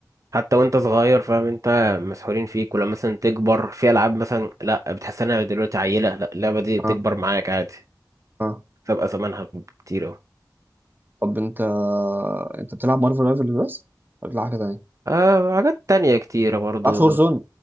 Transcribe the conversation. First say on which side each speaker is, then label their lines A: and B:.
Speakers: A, on the right; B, on the right.
A: حتى وانت صغير فاهم انت مسحولين فيك ولما مثلا تكبر في العاب مثلا لا بتحس انها دلوقتي عيله لا اللعبه دي بتكبر
B: اه
A: معاك عادي
B: اه
A: تبقى زمانها كتير اهو
B: طب انت انت بتلعب مارفل رايفل بس ولا بتلعب حاجه تانية ما
A: آه حاجات تانية كتيرة برضو
B: بتلعبش وور زون